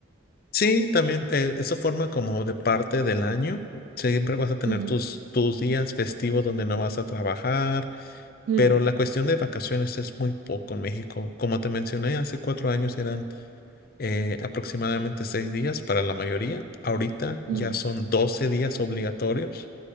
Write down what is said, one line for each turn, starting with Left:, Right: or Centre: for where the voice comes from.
Left: Sí, también eh, eso forma como de parte del año. Siempre vas a tener
Right: Ujú.
Left: tus, tus días festivos donde no vas a trabajar,
Right: Mm,
Left: pero la cuestión de vacaciones es muy poco en México. Como te mencioné, hace cuatro años eran eh, aproximadamente seis días para la mayoría. Ahorita ya
Right: mm.
Left: son 12 días obligatorios,